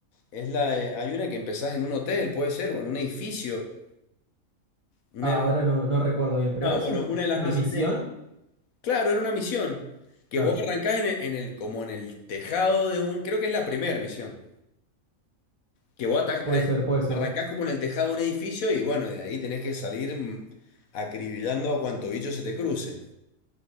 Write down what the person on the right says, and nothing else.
Ah,
ahora no, no recuerdo bien, pero
¿esa
es,
es
una
misión?
Claro,
puede
ser, puede ser.